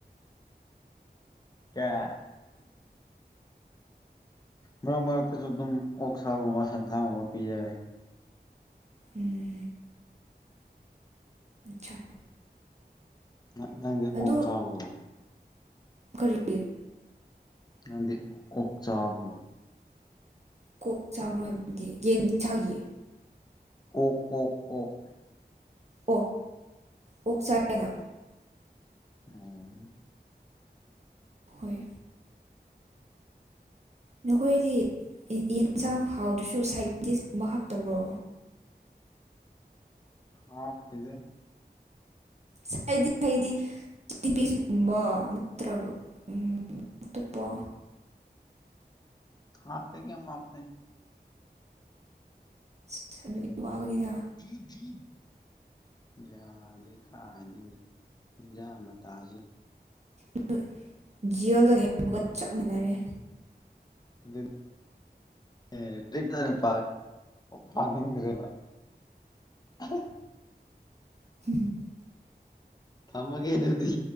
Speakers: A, on the left (about 25°); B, on the right (about 40°).
A: ꯀꯌꯥ ꯃ ꯃꯔꯔꯛꯇꯁꯨ ꯑꯗꯨꯝ ꯑꯣꯛꯁꯥꯒꯨꯝꯕ ꯁꯦꯟꯁꯥꯒꯨꯝꯕ ꯄꯤꯖꯔ
B: ꯎꯝ ꯆ
A: ꯅ ꯅꯪꯗꯤ
B: ꯑꯗꯣ
A: ꯑꯣꯛ ꯆꯥꯕ꯭ꯔꯣ
B: ꯀꯔꯤ
A: ꯅꯪꯗꯤ ꯑꯣꯛ ꯆꯥꯕ꯭ꯔꯣ
B: ꯀꯣꯛ ꯆꯥꯕ꯭ꯔꯣ ꯍꯥꯏꯕꯗꯤ ꯌꯦꯟ ꯆꯥꯒꯤꯌꯦ
A: ꯑꯣꯛ ꯑꯣꯛ ꯑꯣꯛ
B: ꯑꯣ ꯑꯣꯛ ꯆꯥꯏꯅꯣ
A: ꯎꯝ
B: ꯍꯣꯏ ꯅꯈꯣꯏꯗꯤ ꯌꯦ ꯌꯦꯟꯁꯥꯡ ꯍꯥꯎꯗ꯭ꯔꯁꯨ ꯁꯥꯏꯠ ꯗꯤꯁ ꯀꯨꯝꯕ ꯍꯥꯞꯇꯕ꯭ꯔꯣ
A: ꯍꯥꯞꯇꯦꯗ
B: ꯁꯥꯏꯗꯤ ꯐꯩꯗꯤ ꯆꯤꯂꯤ ꯄꯦꯁꯒꯨꯝꯕ ꯅꯠꯇ꯭ꯔꯒ ꯎꯝ ꯑꯇꯣꯞꯄ
A: ꯍꯥꯞꯇꯦ ꯀꯦꯝ ꯍꯥꯞꯇꯦ
B: ꯑꯁ ꯑꯗꯨꯒꯤ ꯋꯥꯕꯅꯤꯗ
A: <inaudible> ꯌꯥꯗꯦ ꯀꯥꯏꯗꯒꯤ ꯍꯤꯟꯖꯥꯡ ꯃꯇꯥꯁꯤ
B: ꯑꯗꯨ ꯖꯦꯜꯗ ꯂꯩꯕꯒ ꯆꯞ ꯃꯥꯟꯅꯔꯦ
A: ꯑꯗꯨ ꯅꯦ <unintelligible> ꯄꯥꯅꯤꯡꯗ꯭ꯔꯦꯕ <inaudible>
B: <inaudible>
A: ꯊꯝꯃꯒꯦ ꯑꯗꯨꯗꯤ